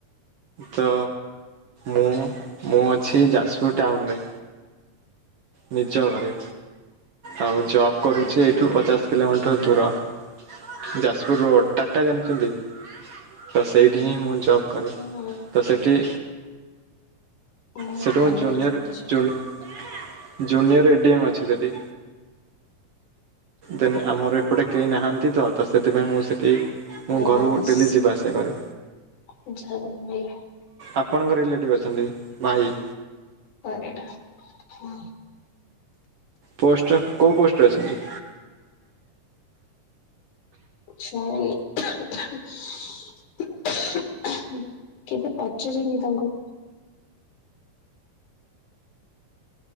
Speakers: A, on the right; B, on the left.
A: ତ ମୁଁ ମୁଁ ଅଛି ଯାଜପୁର ଟାଉନରେ। ନିଜ ଘରେ ଆଉ ଜବ କରୁଛି
B: ଓହୋ
A: ଏଇଠୁ ପଚାଶ ଦଶ କିଲୋମିଟର ଦୂର ଯାଜପୁର ରୋଡ଼ ଟାଟା ଜାଣିଚନ୍ତି? ତ ସେଇଠି ହିଁ ମୁଁ ଜବ୍ କରେ
B: ହଁ
A: ତ ସେଠି
B: ମୋ
A: ସେଠି
B: ଭାଇ
A: ଜୁନିୟର
B: ଅଛନ୍ତି ସେଠି
A: ଜୁନ ଜୁନିୟର ଏଡିଏମ୍ ଅଛି ସେଠି ଦେନ୍ ଆମର ଏପଟେ କେହି ନାହାନ୍ତି ତ ତ ସେଥିପାଇଁ ମୁଁ ସେଠି
B: ପ୍ରଭାସ
A: ମୁଁ ଘରୁ ଡେଲି ଯିବା ଆସିବା କରେ।
B: <unintelligible>
A: ଆପଣଙ୍କ ରିଲେଟିଭ ଅଛନ୍ତି ଭାଇ?
B: ପରଟା ହଁ।
A: ପୋଷ୍ଟ କୋଉ ପୋଷ୍ଟରେ ଅଛନ୍ତି?
B: <unintelligible> କେବେ ପଚାରିନି ତାଙ୍କୁ?